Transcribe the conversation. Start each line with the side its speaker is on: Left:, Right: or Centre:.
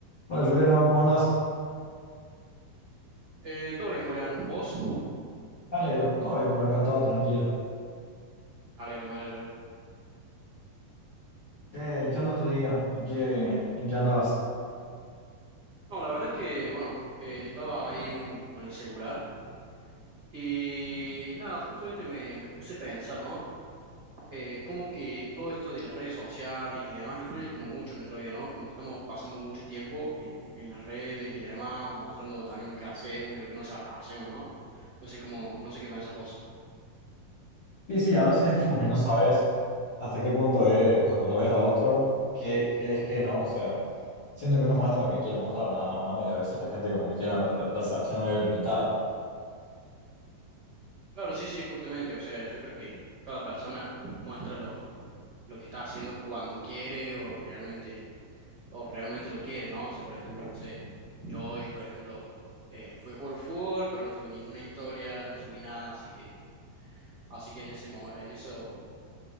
Left: Hola Juliano, ¿cómo andás?
Right: Eh, todo bien, Julián. ¿Vos?
Left: Alero, todo bien por acá, todo tranquilo.
Right: Me alegro, me alegro.
Left: ¿Qué, qué onda tu día? ¿En qué, en qué andabas?
Right: No, la verdad que, bueno, eh, estaba ahí un- con el celular y nada, justamente me, me puse a pensar, ¿no? Eh, cómo que todo esto de las redes sociales y demás influye como mucho en nuestra vida, ¿no? Como que estamos pasando mucho tiempo en, en las redes y demás, o mostrando también lo que hacemos y lo que no sa- hacemos, ¿no? No sé cómo, no sé qué pensás vos.
Left: Sí, sí, a veces es como que no sabes hasta qué punto es, o sea, cuando ves a otro, qué, qué es que no, o sea, siento que uno muestra lo que quiere mostrar nada más, ¿no? Y a veces la gente como que tiene una perce- percepción medio limitada.
Right: Claro, sí, sí, justamente, o sea, yo creo que cada persona muestra lo, lo que está haciendo cuando quiere o realmente o realmente lo quiere, ¿no? O sea, por ejemplo, no sé, yo hoy, por ejemplo, eh, fui a jugar fútbol, pero no subí ninguna historia, no subí nada, así que, así que en ese, mo- en eso,